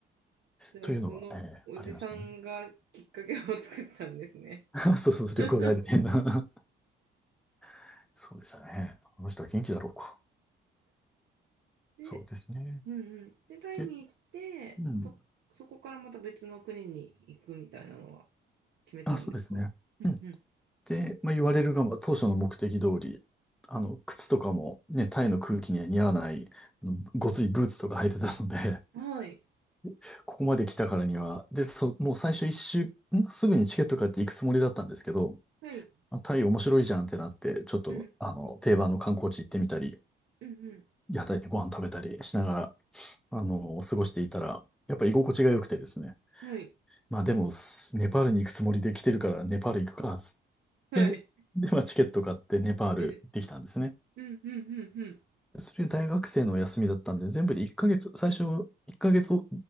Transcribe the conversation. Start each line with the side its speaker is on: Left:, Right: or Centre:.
Right: じゃあ、
Centre: というのは、
Right: そのおじさんがきっかけを
Centre: ええありましたね。
Right: <laughs> 作ったんですね。
Centre: <laughs> そうそう、
Right: <laughs>
Centre: 旅行代理店な <laughs> そうでしたね。あの人は元気だろうか。
Right: で、
Centre: そうですね。
Right: うんうん。で、タイに行って、
Centre: で、うん。
Right: そ、そこからまた別の国に行くみたいなのは決めたんですかうん
Centre: あ、そうですね。うん。で、まあ、言われるがまあ、当初の目的通り、あの、靴とかもね、タイの空気には似合わない、あのごついブーツとか履いてたので、
Right: うん。はい。
Centre: <laughs> ここまで来たからには、で、そもう最初一周、んすぐにチケット買って行くつもりだったんですけど、
Right: はい。
Centre: あ、タイ面白いじゃんってなって、ちょっと、
Right: うん。
Centre: あの、定番の観光地行ってみたり、
Right: うん
Centre: 屋台でご飯食べたりしながら、あの、過ごしていたら、やっぱ居心地が良くてですね。
Right: うん。はい。
Centre: まあでも、すネパールに行くつもりで来てるから、ネパール行くか、つ
Right: はい。
Centre: で、<laughs> で、まあ、チケット買ってネパール行ってきたんですね。
Right: え、うんうんうんうん。
Centre: それ大学生の休みだったんで、全部で1ヶ月、最初1ヶ月の